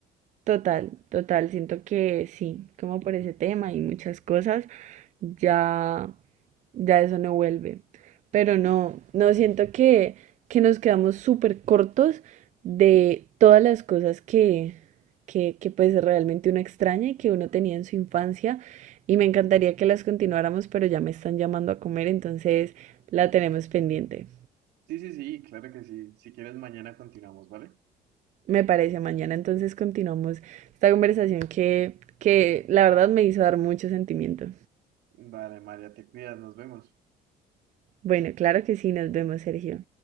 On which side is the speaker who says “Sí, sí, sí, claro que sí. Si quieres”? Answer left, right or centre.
Right